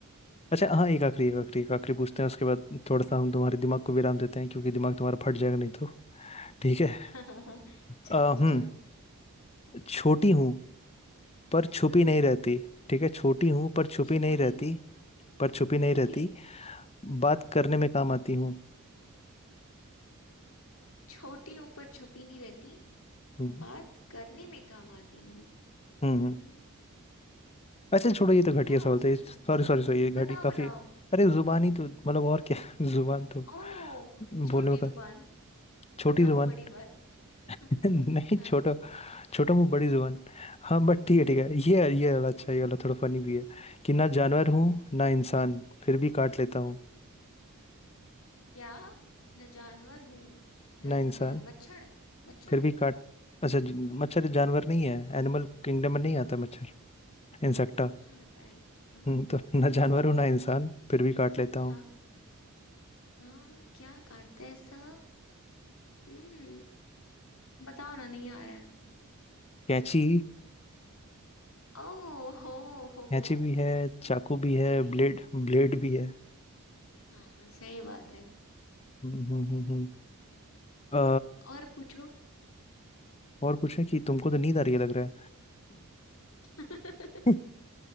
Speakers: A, on the left; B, on the left.
A: अच्छा हाँ एक आखिरी एक आखिरी एक आखिरी पूछते हैं उसके बाद थोड़ा सा हम तुम्हारे दिमाग को विराम देते हैं क्योंकि दिमाग तुम्हारा फट जाएगा नहीं तो ठीक है
B: हाँ, चलो
A: आ,
B: पूछो
A: हम्म छोटी हूँ पर छुपी
B: हम्म
A: नहीं रहती ठीक है छोटी हूँ पर छुपी
B: छोटी
A: नहीं रहती
B: हूँ
A: पर छुपी नहीं
B: ओके
A: रहती बात करने में काम आती हूँ
B: छोटी हूँ पर छुपी नहीं रहती
A: हम्म
B: बात करने में काम आती हूँ
A: हम्म
B: हम्म
A: हम्म। अच्छा छोड़ो ये तो
B: क्या
A: घटिया सवाल
B: हो सकता
A: था सॉरी
B: है
A: सॉरी सॉरी ये घटी
B: बताओ बताओ
A: काफी अरे जुबान ही तो मतलब और क्या <laughs> जुबान तो
B: ओ छोटी
A: बोलने
B: जुबान
A: का
B: छोटा
A: छोटी
B: मुंह
A: जुबान
B: बड़ी बात <laughs>
A: <laughs> नहीं
B: हाँ
A: छोटा छोटा मुंह बड़ी जुबान हाँ बट ठीक है ठीक है ये ये वाला अच्छा है, ये वाला थोड़ा फनी भी है कि ना जानवर हूँ ना इंसान फिर भी काट लेता हूँ
B: क्या न जानवर हूँ न
A: ना
B: इंसान
A: इंसान
B: मच्छर मच्छर
A: फिर भी काट अच्छा ज- मच्छर जानवर नहीं है एनिमल किंगडम में नहीं आता मच्छर इंसेक्टा
B: हाँ होता है हाँ
A: हम्म,
B: हाँ
A: तो ना जानवर हूँ ना इंसान फिर भी काट
B: हाँ
A: लेता हूँ
B: हाँ क्या काटता है ऐसा हम्म बताओ ना नहीं आ रहा है
A: कैंची
B: ओ हो हो
A: कैंची
B: हो
A: भी है चाकू भी है
B: अरे
A: ब्लेड ब्लेड भी है
B: हाँ सही बात है
A: हम्म हम्म हम्म हम्म। अ,
B: और पूछो
A: और पूछे कि तुमको तो नींद आ रही है लग रहा
B: <laughs>
A: है <laughs>